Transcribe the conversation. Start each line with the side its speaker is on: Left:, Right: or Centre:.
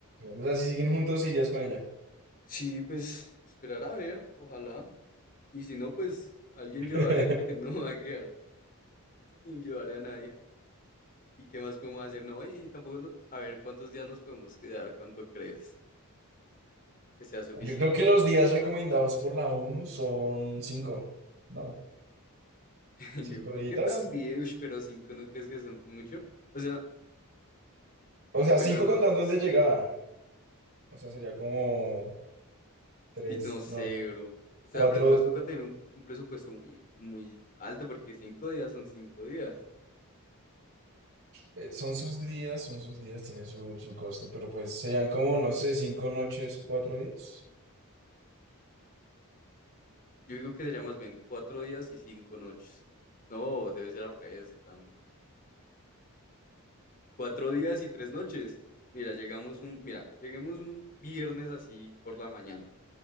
Right: O sea, si siguen juntos, irías con ella.
Left: Sí, pues esperar a ver, ojalá. Y si no, pues alguien
Right: <laughs>
Left: llevaré porque no <laughs> va a quedar sin llevar a nadie. ¿Y qué más podemos hacer? No, y tampoco, no- a ver, ¿cuántos días nos podemos quedar? ¿Cuánto crees que sea suficiente?
Right: Yo creo que los días recomendados por la ONU son cinco, ¿no?
Left: <laughs>
Right: Cinco
Left: Yo creo
Right: días.
Left: que también, ush, pero cinco no crees que son mucho. O sea,
Right: O sea,
Left: bueno,
Right: cinco
Left: no,
Right: contando
Left: no sé.
Right: el de llegada. O sea, sería como tres,
Left: Es que no sé,
Right: no,
Left: bro. O sea,
Right: cuatro.
Left: pero entonces toca tener un, un presupuesto muy, muy alto porque cinco días son cinco días.
Right: eh, son sus días, son sus días, tiene su, su costo, pero pues serían como, no sé, cinco noches, cuatro días.
Left: Yo digo que sería más bien cuatro días y cinco noches. No, debe ser al revés, tan mal. Cuatro días y tres noches. Mira, llegamos un, mira, lleguemos un viernes así por la mañana.